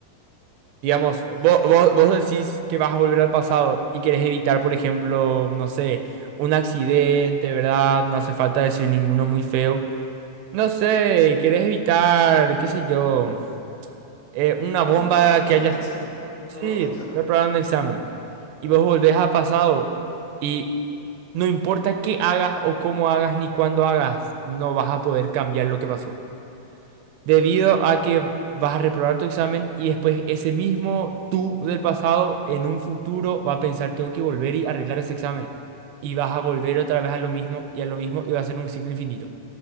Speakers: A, on the right (about 85°); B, on the left (about 65°).
A: Digamos,
B: entiendo.
A: vos, vos, vos decís que vas a volver al pasado y querés evitar, por ejemplo, no sé, un accidente, ¿verdad? No hace falta decir ninguno muy feo. No sé, querés evitar, qué sé yo, eh, una
B: Por
A: bomba
B: ejemplo, reprobar
A: que haya...
B: un examen, reprobar
A: Sí,
B: un examen.
A: preparar un examen. y vos volvés a pasado y no importa qué hagas o cómo hagas ni cuándo hagas, no vas a poder cambiar lo que pasó. Debido a que vas a reprobar tu examen y después ese mismo tú del pasado en un futuro va a pensar, tengo que volver y arreglar ese examen. Y vas a volver otra vez a lo mismo y a lo mismo y va a ser un ciclo infinito.